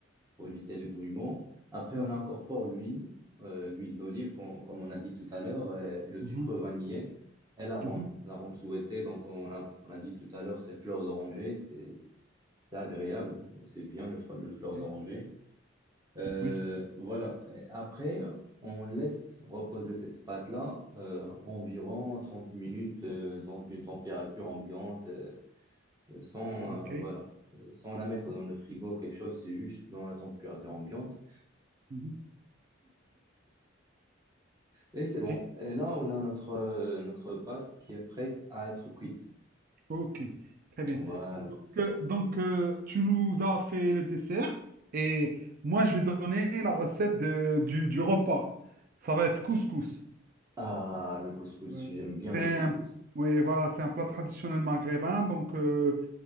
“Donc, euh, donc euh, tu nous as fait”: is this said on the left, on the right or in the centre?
Right